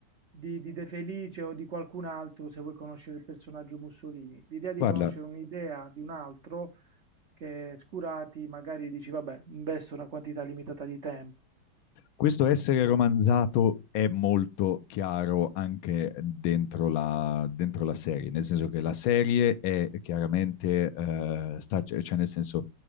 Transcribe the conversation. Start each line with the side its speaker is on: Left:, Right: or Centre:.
Right: di, di De Felice o di qualcun altro se vuoi conoscere il personaggio Mussolini. L'idea
Left: Guarda,
Right: di conoscere un'idea di un altro che Scurati magari dici, vabbè, investo una quantità limitata di tempo.
Left: Questo essere romanzato è molto chiaro anche dentro la, dentro la serie, nel senso che la serie è chiaramente, eh, sta- cioè cioè, nel senso,